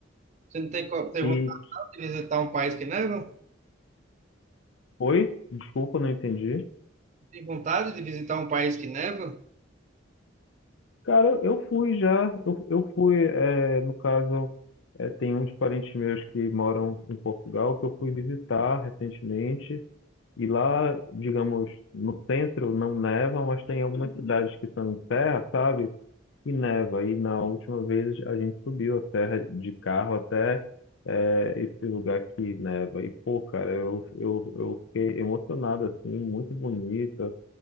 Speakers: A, on the right (about 35°); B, on the left (about 70°).
A: Você não tem, co- tem
B: E
A: vontade de visitar um país que neva?
B: foi? Desculpa, não entendi.
A: Tem vontade de visitar um país que neva?
B: Cara, eu fui já. Eu, eu fui, é, no caso, é, tem uns parentes meus que moram em Portugal que eu fui visitar recentemente. E lá, digamos, no centro não neva, mas tem algumas cidades que são em serra, sabe? E neva. E na última vez a gente subiu a serra de carro até é, esse lugar que neva. E, pô, cara, eu, eu, eu fiquei emocionado, assim, muito bonita.